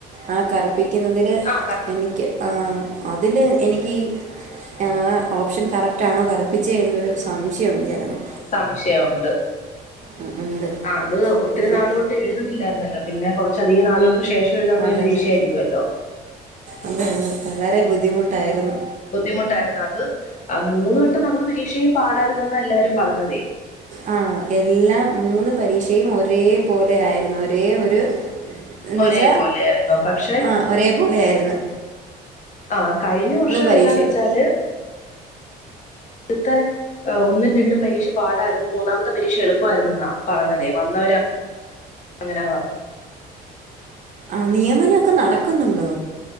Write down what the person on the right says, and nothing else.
ആ കറുപ്പിക്കുന്നതില്
എനിക്ക് ആഹ് അതില് എനിക്ക് ഈ ആഹ് ഓപ്ഷൻ കറക്റ്റാണോ കറുപ്പി ച്ചെ എന്നൊരു സംശംയൊണ്ട് ചെലത്
ഉം ഉണ്ട്
അങ്ങനെ
അതെ
അതെ അതെ അതെ വളരെ ബുദ്ധിമുട്ടാരുന്നു
ആഹ് എല്ലാം മൂന്ന് പരീക്ഷയും ഒരേ പോലെ ആയിരുന്നു ഒരേ ഒരു എന്ന്
വെച്ചാ
ആഹ് ഒരേ പോലെ ആര്ന്ന്
പരീക്ഷയും
ആഹ് നിയമനൊക്കെ നടക്കുന്നുണ്ടോ